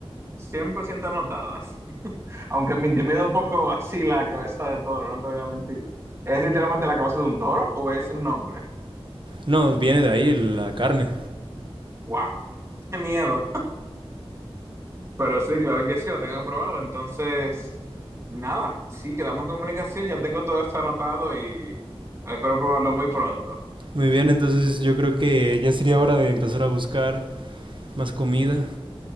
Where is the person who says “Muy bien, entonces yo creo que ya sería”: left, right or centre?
Right